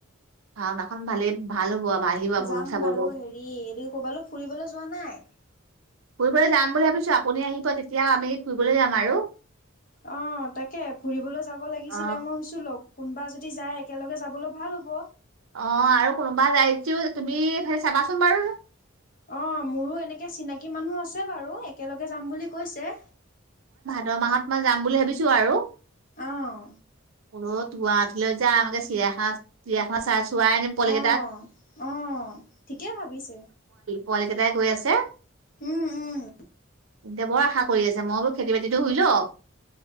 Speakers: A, on the right; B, on the left.
A: ভাওনাখন ভালেই -ভাল হ'ব। আৰু আহিব আপোনালোক
B: যাম
A: চাবলৈ
B: বাৰু হেৰি এইটো ক'বালো ফুৰিবলৈ যোৱা নাই?
A: ফুৰিবলৈ যাম বুলি ভাবিছো আপুনি আহিব তেতিয়া আমি ফুৰিবলৈ যাম আৰু।
B: অহ, তাকে ফুৰিবলৈ যাব লাগিছিলে
A: অ
B: মই ভাবিছোঁ লগ কোনোবা যদি যায় একেলগে যাবলৈ ভাল হ'ব।
A: অহ, আৰু কোনোবা যাই যদিও তুমি হেই চাবাচোন বাৰু।
B: অহ, মোৰো এনেকে চিনাকী মানুহ আছে বাৰু একেলগে যাম বুলি কৈছে।
A: দহ মাহত মই যাম বুলি ভাবিছো আৰু।
B: আ -ও
A: গুৱাহাটীলৈ যা আগতে চিৰিয়াখানা- চিৰিয়াখানা চাই চোৱাই আনিম পোৱালি
B: অ
A: কেইটাক।
B: অ ঠিকে ভাবিছে
A: পোৱালি কেইটাই কৈ আছে।
B: উম- উম
A: সিহঁতে বৰ আশা কৰি আছে মই বোলো খেতি -বাতিতো হুই লওক।